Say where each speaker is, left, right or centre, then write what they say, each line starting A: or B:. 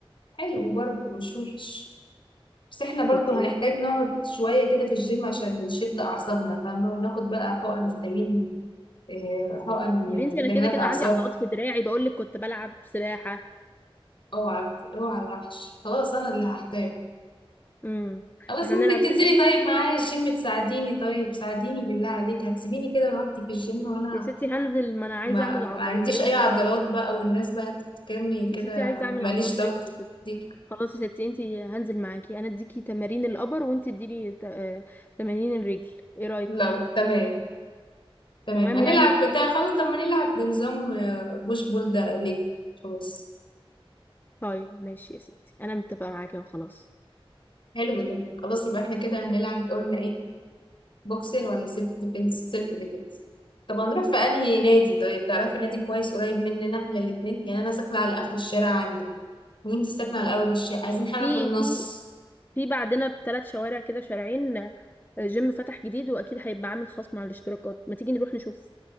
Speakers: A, on the left; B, on the left.
A: حلو برضه مش وحش بس احنا برضو
B: طب ايه
A: هنحتاج نقعد شوية كده في الجيم عشان نشد أعصابنا فاهمة وناخد بقى حقن فيتامين آه، حقن
B: يا
A: آه،
B: بنتي
A: فيتامينات
B: انا كده كده
A: أعصاب
B: عندي عضلات في دراعي بقول لك كنت بلعب سباحه
A: اوعى اوعى الوحش خلاص أنا اللي هحتاج
B: امم
A: خلاص
B: احنا
A: ممكن
B: نلعب
A: تنزلي
B: ايه بقى
A: طيب معايا الجيم تساعديني طيب ساعديني بالله عليك هتسيبيني كده لوحدي في الجيم وأنا
B: يا ستي هنزل ما انا عايزه
A: ما,
B: اعمل عضلات
A: ما عنديش
B: رجلي
A: أي عضلات بقى والناس بقى تفكرني كده
B: يا ستي عايزه اعمل
A: ماليش
B: عضلات
A: ضغط
B: رجلي يا ستي
A: ديك
B: خلاص يا ستي انت هنزل معاكي انا اديكي تمارين الابر وانت اديني ت- آه، تمارين الرجل ايه رايك
A: لو تمام تمام
B: تمام
A: هنلعب
B: يعني
A: بتاع خلاص طب ما نلعب بنظام آه، بوش بول ده ليج خلاص
B: طيب ماشي يا ستي انا متفقه معاكي وخلاص
A: حلو ده خلاص يبقى احنا كده هنلعب قلنا ايه بوكسر ولا سيلف ديفنس سيلف ديفنس طب هنروح في انهي نادي طيب تعرفي نادي كويس قريب مننا احنا الاتنين يعني انا ساكنه على اخر الشارع عندك وانتي ساكنه على اول الشارع عايزين حاجه
B: في
A: في النص
B: في في بعدنا بثلاث شوارع كده شارعين آه، جيم فتح جديد واكيد هيبقى عامل خصم على الاشتراكات ما تيجي نروح نشوف